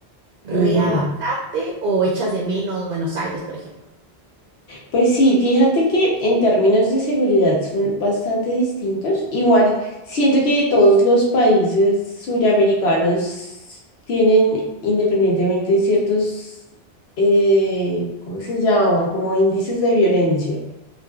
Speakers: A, on the right; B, on the left.
A: readaptarte
B: Ujú.
A: o echas de menos Buenos Aires, por ejemplo.
B: Pues sí, fíjate que en términos de seguridad son bastante distintos. Igual, siento que todos los países suramericanos tienen independientemente ciertos, eh, ¿cómo se llama? Como índices de violencia.